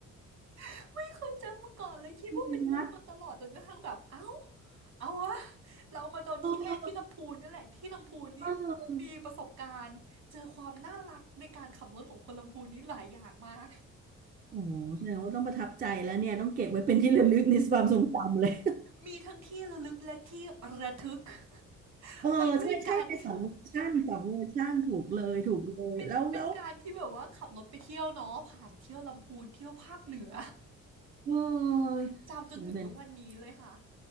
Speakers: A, on the right (about 60°); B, on the right (about 30°).
A: <laughs> ไม่เคยเจอมาก่อนเลยคิดว่าเป็นมุกมาตลอดจนกระทั่งแบบเอ้า
B: <laughs> นะ
A: เอาวะเรามาโดนที่แรกที่ลำพูนเนี่ยแหละที่ลำพูนนี่
B: เออ
A: มีประสบการณ์เจอความน่ารักในการขับรถของคนลำพูนนี้หลายอย่างมาก
B: โอ้โหแสดงว่าต้องประทับใจแล้วเนี่ยต้องเก็บไว้เป็นที่ระลึกในความทรงจำเลย
A: มีทั้งที่ระลึกและที่ระทึก <laughs>
B: เออใช่ใช่ในสองเวอร์ชันสองเวอร์ชันถูกเลยถูกเลยแล้วแล้ว
A: ไปด้วยกัน เป็นเป็นการที่แบบว่าขับรถไปเที่ยวเนาะผ่านเที่ยวลำพูนเที่ยวภาคเหนือ
B: เออโอ้โหแต่
A: <laughs> จำจนถึงทุกวันนี้เลยค่ะ